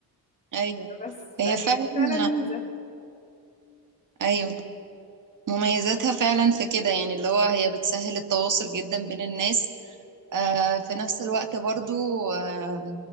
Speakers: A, on the right (about 50°); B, on the left (about 20°).
A: أيوه
B: بس
A: هي
B: فهي
A: فعلا
B: دي فعلا ميزة
A: أيوه مميزاتها فعلا في كده يعني اللي هو هي بتسهل التواصل جدا بين الناس آه، في نفس الوقت برضو آه،